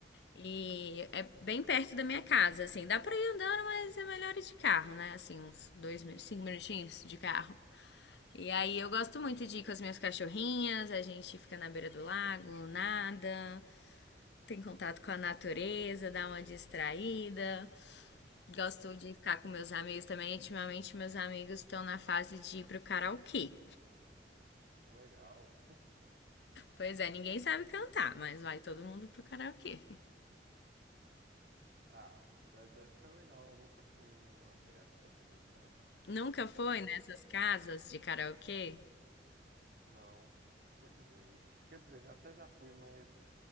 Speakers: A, on the left; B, on the right.
A: E é bem perto da minha casa, assim. Dá pra ir andando, mas é melhor ir de carro, né? Assim, uns dois, minu- cinco minutinhos de carro. E aí eu gosto muito de ir com as minhas cachorrinhas, a gente fica na beira do lago, nada. tem contato com a natureza, dá uma distraída. Gosto
B: Hum,
A: de ficar com meus amigos também. Ultimamente, meus amigos estão na fase de ir pro karaokê.
B: legal.
A: Pois é, ninguém sabe cantar, mas vai todo mundo pro karaokê.
B: Ah, de- deve ser legal. Eu nunca fui em um aberto assim, sabe?
A: Nunca foi nessas casas de karaokê?
B: Não, infelizmente. Quer dizer, já até já fui, mas